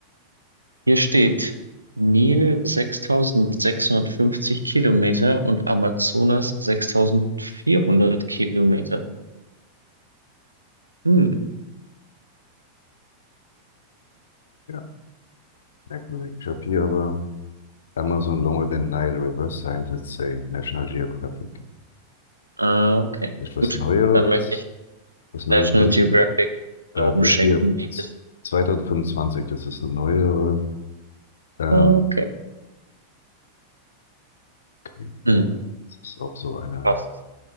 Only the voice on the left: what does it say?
ja, merkwürdig. Ich habe hier aber Amazon longer than Nile River, scientists say, National Geographic.
Ist was
Neueres?
Was Neueres?
Äh,
vielleicht
hier
2025, das ist eine neuere. Äh,
okay.
Das ist auch so eine,